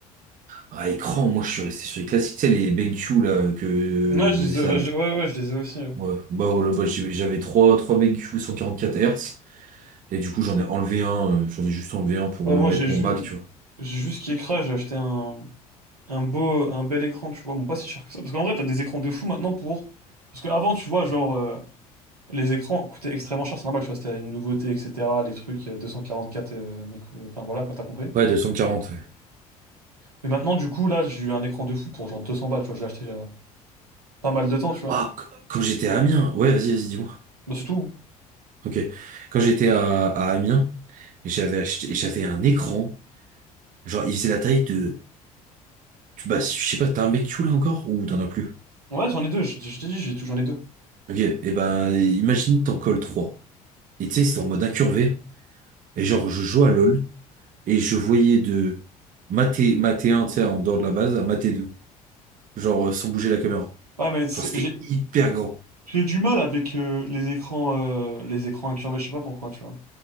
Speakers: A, on the right; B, on the right.
A: Ah, écran, moi, je suis resté sur les classiques, tu sais, les BenQ, là, que euh,
B: Ouais, je les
A: ça
B: ai, bah,
A: avait.
B: j'ai- ouais, ouais, je les ai aussi. ouais.
A: Ouais, bah voilà, bah, j'ai- j'avais trois trois BenQ cent quarante-quatre Hz, et du coup, j'en ai enlevé un, euh, j'en ai juste enlevé un pour
B: Ouais, moi,
A: euh, mettre
B: j'ai juste,
A: mon Mac, tu vois.
B: j'ai juste qui écrase, j'ai acheté un, un beau, un bel écran, tu vois, bon, pas si cher que ça. Parce qu'en vrai, t'as des écrans de fou maintenant pour. Parce qu'avant, tu vois, genre, euh, les écrans coûtaient extrêmement cher, c'est normal, tu vois, c'était une nouveauté, etc. Les trucs, euh, 244, euh, mais cou- enfin voilà, quand t'as compris.
A: Ouais, 240, ouais.
B: Mais maintenant, du coup, là, j'ai eu un écran de fou pour genre 200 balles, tu vois, je l'ai acheté il y a pas mal de temps, tu vois.
A: Ah, qu- quand j'étais à Amiens, ouais, vas-y, vas-y, dis-moi.
B: Bah, c'est tout.
A: Ok. Quand j'étais à, à Amiens, j'avais acheté, j'avais un écran. Genre, il faisait la taille de, tu- bah, je sais pas, t'as un BQ là encore ou t'en as plus?
B: Ouais, j'en ai deux, je, je t'ai dit, j'ai tout, j'en ai deux.
A: Ok. Et ben, imagine t'en colles trois. Et tu sais, c'était en mode incurvé. Et genre, je jouais à LoL et je voyais de maté, maté un, tu sais, en dehors de la base, à maté 2. Genre, euh, sans bouger la caméra.
B: Ouais, mais c'est-
A: Genre, c'était
B: j'ai
A: hyper grand.
B: j'ai du mal avec euh, les écrans, euh, les écrans incurvés, je sais pas pourquoi, tu vois.